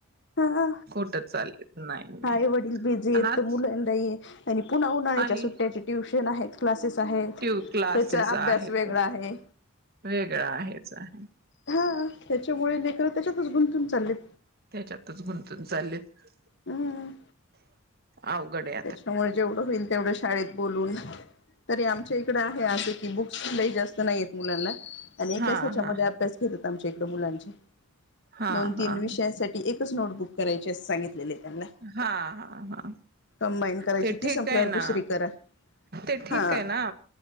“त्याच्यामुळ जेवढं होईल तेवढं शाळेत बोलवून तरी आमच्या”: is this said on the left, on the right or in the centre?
Left